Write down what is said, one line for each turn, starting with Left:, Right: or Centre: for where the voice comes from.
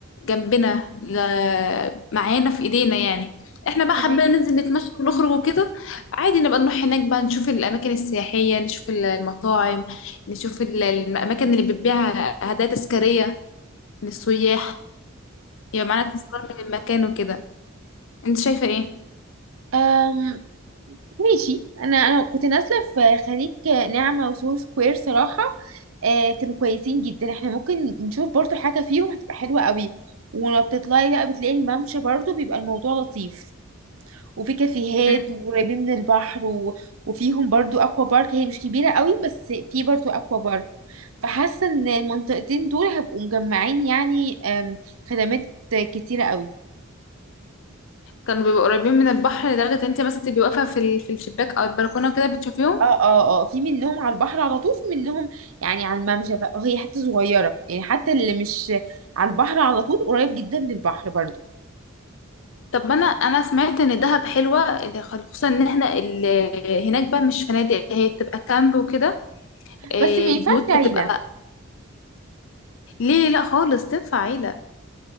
Left: جنبنا ل... معانا في ايدينا يعني احنا بقى
Right: تمام
Left: حابين ننزل نتمشى ونخرج وكده عادي نبقى نروح هناك بقى نشوف الاماكن السياحيه نشوف ال- المطاعم نشوف ال- الاماكن اللي بتبيع هدايا تذكاريه للسياح يبقى معانا تذكار من المكان وكده انت شايفه ايه
Right: امم ماشي انا انا كنت نازله في خليج نعمه وسو سكوير صراحه آه كانوا كويسين جدا احنا ممكن نشوف برضو حاجه فيهم هتبقى حلوه قوي ولما بتطلعي بقى بتلاقي الممشى برضو بيبقى الموضوع لطيف وفي كافيهات
Left: مم.
Right: وقريبين من البحر و... وفيهم برضو اكوا بارك هي مش كبيره قوي بس في برضو اكوا بارك فحاسه ان المنطقتين دول هيبقوا مجمعين يعني آم، خدمات كتيره قوي
Left: كانوا بيبقوا قريبين من البحر لدرجه انت مثلا تبقي واقفه في ال- في الشباك او البلكونه كده بتشوفيهم
Right: اه اه اه في منهم على البحر على طول في منهم يعني على الممشى ف- هي حتة صغيرة يعني حتى اللي مش على البحر على طول قريب جدا من البحر برضو
Left: طب ما انا انا سمعت ان دهب حلوه ده خل- خصوصا ان احنا ال- هناك بقى مش فنادق هي بتبقى كامب وكده إيه،
Right: بس ما ينفعش
Left: البيوت بتبقى
Right: عيلة
Left: ليه لا خالص تنفع عيله